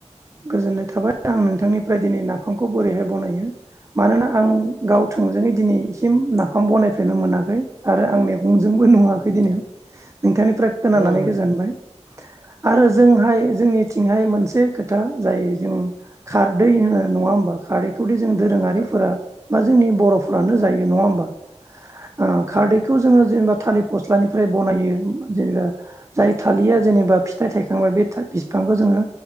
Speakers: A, on the right (about 25°); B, on the right (about 45°).
A: गोजोननाय थाबाय आं नोंथांनिफ्राय दिनै नाफामखौ बोरैहाय बनायो मानोना आं गाव थोंजोङै दिनैसिम नाफाम बनायफेरनो मोनाखै आरो आं मेगन जोंबो नुवाखै
B: नोंथां
A: दिनै नोंथांनिफ्राय खोनानानै
B: औ नोंथां
A: गोजोनबाय आरो जोंहाय जोंनि थिंहाय मोनसे खोथा जाय जों खारदै होनो नङा होमबा खारदैखौ दे जों दोरोङारिफोरा
B: औ
A: बा जोंनि बर'फोरानो जायो नङा होमबा? ओ खारदैखौ
B: नोंथां
A: जोङो जेनेबा थालिर फस्लानिफ्राय बनायो। जेनेबा जाय थालिरा जेनेबा फिथाइ थायखांबाय बे बिफांखौ जोङो